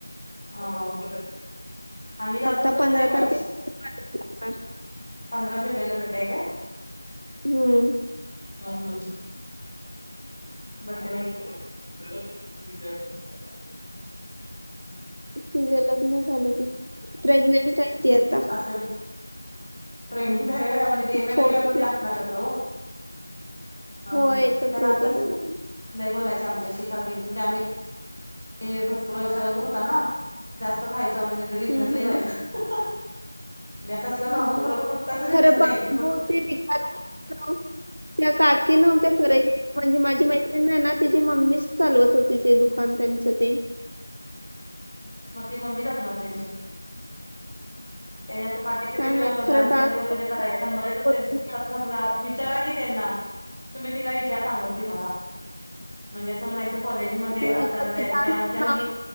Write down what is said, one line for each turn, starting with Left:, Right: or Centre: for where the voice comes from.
Left: ह आम्ही जात
Right: आता
Left: होतो
Right: पंधरा
Left: का नाय कॉलेज.
Right: तारखेला बावीस लागणार
Left: पधरा जुलैला बर्डे हाय काय.
Right: हम्म
Left: हा हा. बर्डे हाय की.
Right: तिझं लग्न झालं कि प्रेग्नेंट आहे ती आता.
Left: असेल प्रेगंट हाय व्हय डीएमएल
Right: फोटो
Left: टी ला तु
Right: लाव
Left: असणारत हो. हा
Right: होय
Left: हा
Right: एकत्र
Left: त्या का
Right: होतो
Left: कलर्स
Right: तेव्हा
Left: लय बोलायच आमच्या शि काकीन म्हणजे आम्ही. ते भरपूर सगळ ग्रुप होत ना जास्त खायचो आम्ही त्यांचा बिझनेस
Right: हम्म
Left: लय
Right: हम्म
Left: व्हायचा. म्या तसला बांबू
Right: होय
Left: खरोखर कुठच भेटत
Right: खरं बांबू
Left: नाही कुठ.
Right: ते विकायला होतं. त्या का नव्हत्या खरं म्हणजे माझी माहिती. ते नाही ना तिची मम्मीच चालवत होती ते दुकान त्यांचं ते.
Left: मग ते मम्मीच असणार त्यांची त्यानी पाच. त्याे
Right: काय माहित खरं
Left: डान्समध्ये
Right: डान्स
Left: <unintelligible> वगैरे करायचे
Right: काय
Left: नंरच
Right: बोलले नाही.
Left: कथकना विचारा की त्यांना तुम्ही तिला विचार सांगाल ति मला म्हणजे असं म्हणायचं कॉलेजमध्ये
Right: होय
Left: असताना
Right: कविता
Left: त्या
Right: नाव
Left: मुली